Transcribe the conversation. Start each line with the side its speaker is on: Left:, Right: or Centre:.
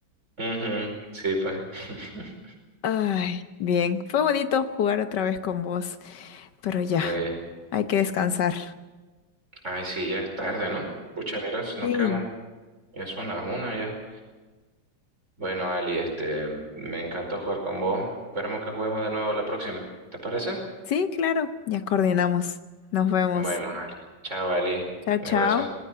Right: Ujú, Sí, pues. <laughs>
Left: Ay, bien. Fue bonito jugar otra vez con vos, pero ya,
Right: Eh,
Left: hay que descansar.
Right: ay, sí, ya es tarde, ¿no? Pucha, mira, si
Left: Sí.
Right: nos quedamos, ya son las una ya. Bueno, Ali, este, me encantó jugar con vos. Esperemos que juguemos de nuevo la próxima. ¿Te parece?
Left: Sí, claro, ya coordinamos. Nos vemos.
Right: Bueno, <laughs> Ali. Chao, Ali.
Left: Chao,
Right: Un
Left: chao.
Right: abrazo.